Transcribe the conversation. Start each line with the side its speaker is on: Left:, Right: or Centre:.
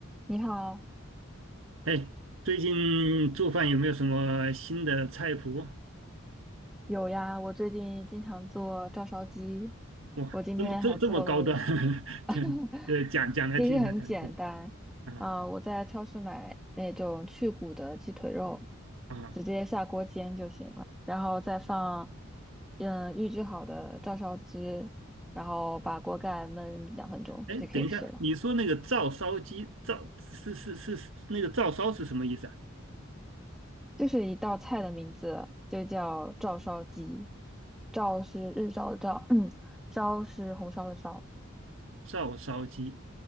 Centre: 你好，
Right: 哎，最近做饭有没有什么新的菜谱？
Centre: 有呀，我最近经常做照烧鸡，
Right: 哇，
Centre: 我今天还做了一，
Right: 这么这这么高端，<laughs> 这呃讲讲来听一下，
Centre: <laughs> 其实很简单，
Right: 讲一下啊
Centre: 啊、我在超市买那种去骨的鸡腿肉，
Right: 啊！
Centre: 直接下锅煎就行了，然后再放，嗯，预制好的照烧汁，然后把锅盖焖两分钟就可以吃了。
Right: 哎，等一下，你说那个照烧鸡，照是是是是那个照烧是什么意思啊？
Centre: 就是一道菜的名字就叫照烧鸡，照是日照的照，<clears throat> 烧是红烧的烧。
Right: 照烧鸡，